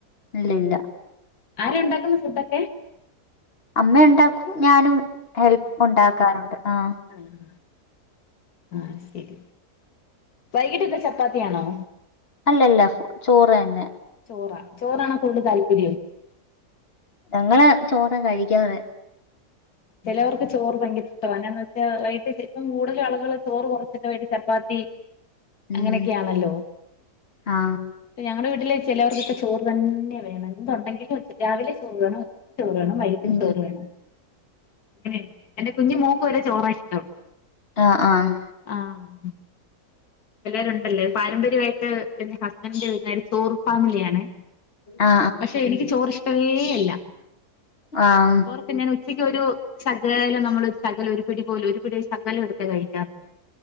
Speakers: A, on the left (about 40°); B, on the left (about 80°).
A: ഇല്ല ഇല്ല
B: ഉം ആരാ ഇണ്ടാക്ക്ന്ന് ഫുഡൊക്കെ
A: അമ്മ ഉണ്ടാക്കും ഞാനും ഹെൽപ്പ് ഉണ്ടാക്കാറുണ്ട് ആഹ്
B: ആഹ് ആഹ് ശെരി വൈകിട്ട് എന്താ ചപ്പാത്തിയാണോ
A: അല്ലല്ല ചോറ് തന്നെ.
B: ചോറാ ചോറാണോ കൂടുതൽ താല്പര്യം
A: ഞങ്ങള് ചോറാ കഴിക്ക്യാറ്
B: ചെലവർക്ക് ചോറ് ഭയങ്കര ഇഷ്ടാവാ എന്താന്ന് വെച്ചാ വൈകിട്ട് ഇപ്പം കൂട്തലും ആള്കള് ചോറ് കൊറച്ചിട്ട് വൈകിട്ട് ചപ്പാത്തി
A: ഉം
B: അങ്ങനെയൊക്കെയാണല്ലോ
A: ആ
B: ഇപ്പ ഞങ്ങടെ വീട്ടിലെ ചെലോർക്കൊക്കെ ചോറ് തന്നെ വേണം. എന്ത് ഉണ്ടെങ്കിലും രാവിലെ ചോറ് വേണം ഉ ചോറ് വേണം. വൈകിട്ടും
A: ഉം
B: ചോറ് വേണം. ങ്ങനെ എന്റെ കുഞ്ഞ് മോക്ക് വരെ ചോറായിഷ്ടം.
A: ആഹ് ആഹ്
B: ആഹ് എല്ലാരു ഉണ്ടല്ലേ പാരമ്പര്യവായിട്ട് എന്റെ ഹസ്ബൻഡന്റെ വീട്ട്ക്കാര് ചോറ് ഫാമിലിയാണ്.
A: ആ
B: പക്ഷെ എനിക്ക് ചോറ് ഇഷ്ടമേ അല്ല.
A: ആഹ്
B: പ്പം ഞാൻ ഉച്ചയ്ക്ക് ഒരു ശകലം നമ്മള് ശകലം ഒരു പിടി പോലു ഒരു പിടി ശകലംഎട്ത്തെ കഴിക്കാറുള്ളൂ.